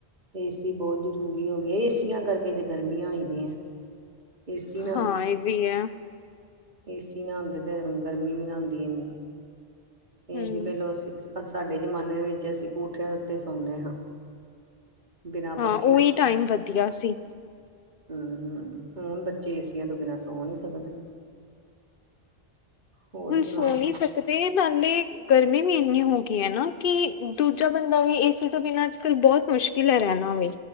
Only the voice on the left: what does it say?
ਹਾਂ ਇਹ ਵੀ ਹੈ
ਹਮ
ਹਾਂ
ਉਹੀ ਟਾਈਮ ਵਧੀਆ ਸੀ।
ਹੁਣ
ਸੋ ਨਹੀਂ ਸਕਦੇ, ਨਾਲੇ ਗਰਮੀ ਵੀ ਇੰਨੀ ਹੋ ਗਈ ਹੈ ਨਾ, ਕਿ ਦੂਜਾ ਬੰਦਾ ਵੀ ਏਸੀ ਤੋਂ ਬਿਨਾਂ ਅੱਜ ਕੱਲ੍ਹ ਬਹੁਤ ਮੁਸ਼ਕਿਲ ਹੈ ਰਹਿਣਾ ਵੀ